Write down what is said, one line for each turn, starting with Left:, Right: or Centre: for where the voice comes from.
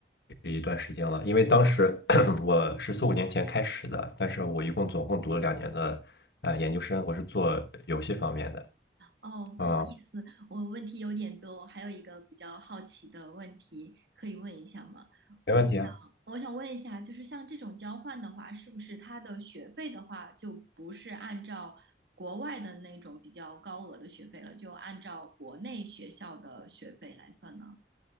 Left: 一段时间了，因为当时 <clears throat> 我是四五年前开始的，但是我一共总共读了两年的呃研究生，我是做游戏方面的，
Right: 哦，
Left: 啊、
Right: 不好意思，我问题有点多，我还有一个比较好奇的问题可以问一下吗？
Left: 没问题啊。
Right: 我想，我想问一下，就是像这种交换的话，是不是它的学费的话，就不是按照国外的那种比较高额的学费了，就按照国内学校的学费来算呢？